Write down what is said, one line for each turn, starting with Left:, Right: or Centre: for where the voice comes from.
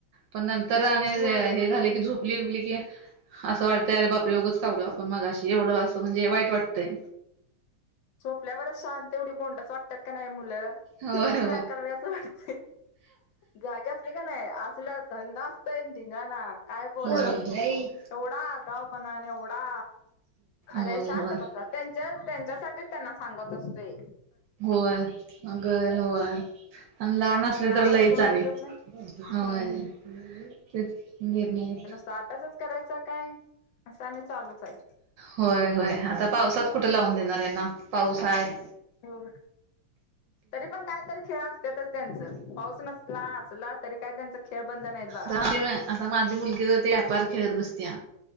Right: पण नंतर आणि
Left: होय
Right: हे झाले की झू आपुलीली की असं वाटतंय अरे बापर एोगंच खवल आपण मग अशी एवढं असं म्हणजे वाईट वाटतंय
Left: झोपल्यावरच शांत तेवढी गोंडस वाटतात का नाही मुलं
Right: होय
Left: केवढी
Right: होय
Left: बाया करावी असं वाटते जाग्या अस अस का नाही नाही अस ढंगा असत ए ढिंगा ना काय बोलायलाच
Right: होय
Left: नको एवढा गाव पणा आणि एवढा अरे
Right: होय
Left: शांतपस
Right: होय
Left: त्यांच्या त्यांच्यासाठीच त्यांना सांगत असतेो
Right: होय अगर होय आणि लहान
Left: त्यामुळे
Right: असले
Left: आम्हाला
Right: तर लईच
Left: खेळूनच
Right: आणि
Left: देत नाही
Right: होय तेच घर नाहीत
Left: त तासच करायचा काय असं आणि चालूच आहे
Right: होय होय आता पावसात कुठे लावून देणार यांना पाऊस आहे
Left: हो तरी पण काय तरी खेळ असतातच त्यांच पाऊस नसला असला तरी काय त्यांच खेळ बंद नाहीत बघा
Right: द ज म आता माझी मुलगी ज ते व्यापार खेळत बसत्या